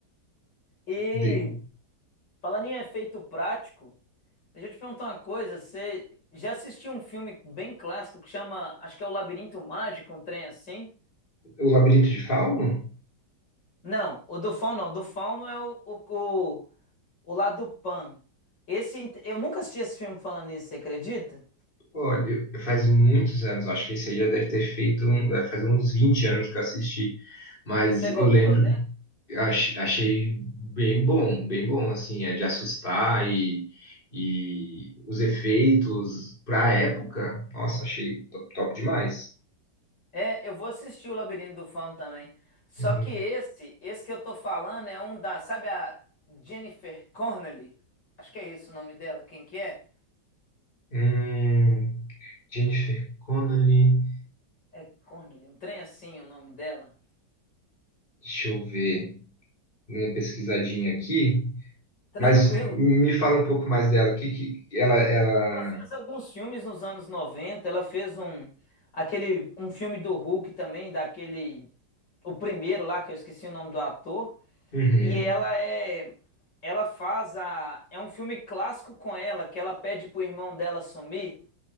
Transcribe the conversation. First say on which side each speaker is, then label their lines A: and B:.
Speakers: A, on the left; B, on the left.
A: E
B: De-
A: falando em efeito prático, deixa eu te perguntar uma coisa. Você já assistiu um filme bem clássico que chama, acho que é O Labirinto Mágico, um trem assim?
B: o Labirinto de Fauno?
A: Não, o do Fauno não. O do Fauno é o, o, o, o lá do Pan. Esse, eu nunca assisti esse filme falando nisso, você acredita?
B: Olha, eu- faz muitos anos, acho que esse aí já deve ter feito, um- deve fazer uns 20 anos que eu assisti, mas
A: E você gostou?
B: eu lembro, ach- achei bem bom, bem bom, assim, é de assustar e, e os efeitos pra época, nossa, achei top, top demais.
A: É, eu vou assistir o Labirinto do Fauno também. Só
B: Uhum.
A: que esse, esse que eu tô falando é um da, sabe a Jennifer Connelly? Acho que é esse o nome dela. Quem que é?
B: Hum, Jennifer Connelly.
A: É Connelly, um trem assim o nome dela.
B: Deixa eu ver, dei uma pesquisadinha aqui.
A: Tranquilo.
B: Mas me fala um pouco mais dela. Que, que ela, ela...
A: Ela fez alguns filmes nos anos 90. ela fez um aquele um filme do Hulk também, daquele o primeiro lá que eu esqueci o nome do ator,
B: Uhum.
A: e ela é ela faz a é um filme clássico com ela que ela pede pro irmão dela sumir.